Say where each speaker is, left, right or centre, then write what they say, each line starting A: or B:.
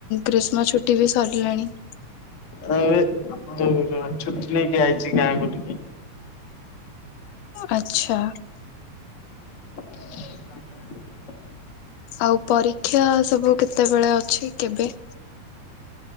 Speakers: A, on the left; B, on the left.
A: ଗ୍ରୀଷ୍ମ ଛୁଟି ବି ସରିଲାଣି।
B: ତ ଏବେ ତ ଛୁଟି ନେଇକି ଆଇଚି ଗାଁ କୁ ଟିକେ।
A: ଆଚ୍ଛା।
B: <unintelligible>
A: ଆଉ ପରୀକ୍ଷା ସବୁ କେତେବେଳେ ଅଛି କେବେ?